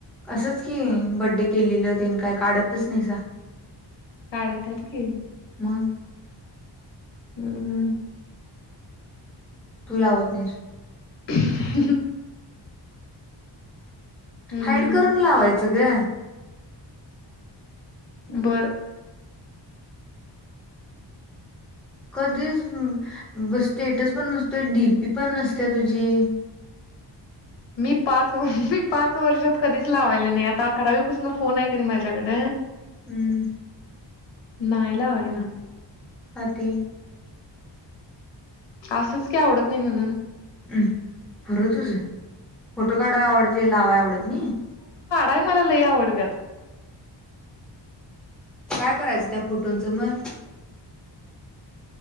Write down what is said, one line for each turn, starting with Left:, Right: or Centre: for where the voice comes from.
Centre: असंच की बड्डे केलेलंते काय काढतच नाहीसा.
Left: काढतत की
Centre: <inaudible>
Left: हम्म.
Centre: तू लावत नाहीस.
Left: <inaudible> हम्म
Centre: हाईड करून लावायचं ग.
Left: बरं.
Centre: कधीच स्टेटस पण नसतो डीपी पण नसते तुझी.
Left: मी पाच मी पाच वर्षात कधीच लावायला नाही आता अकरावीपासून फोन आहे का नाही माझ्याकड
Centre: हम्म.
Left: नाहीय लावाय ना.
Centre: ते.
Left: असंच की आवडत नाही म्हणून
Centre: ह पूर तुझ फोटो काढाय आवडते लावाय आवडत नाही
Left: काय मला लई आवडत्यात
Centre: काय करायचं त्या फुटोंचं मग